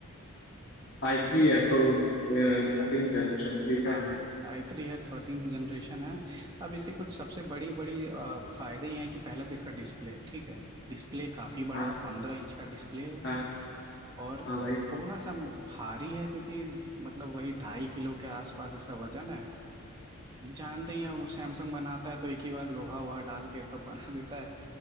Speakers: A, on the left; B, on the right.
A: आई थ्री
B: ठीक
A: है
B: है
A: प्रो थर्टीन जनरेशन ठीक
B: हाँ
A: है
B: हाँ आई थ्री है थर्टींथ जनरेशन है अब इसके कुछ सबसे बड़ी बड़ी अ, फायदे ये हैं कि पहला तो इसका डिस्प्ले ठीक है डिस्प्ले काफ़ी बड़ा
A: हाँ
B: है पंद्रह इंच का डिस्प्ले है
A: हाँ
B: और
A: हाँ भाई
B: थोड़ा सा भारी है क्योंकि मतलब वही ढाई किलो के आसपास इसका वजन है जानते ही हैं वो सैमसंग बनाता है तो एक ही बार लोहा वोहा डाल के सब बना देता है